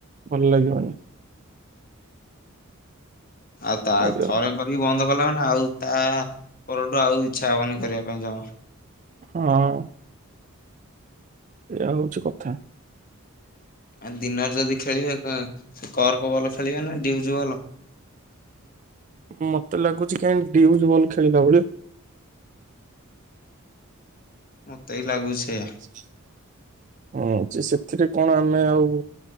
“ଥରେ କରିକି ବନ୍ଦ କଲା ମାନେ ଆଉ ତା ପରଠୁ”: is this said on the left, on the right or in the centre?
Left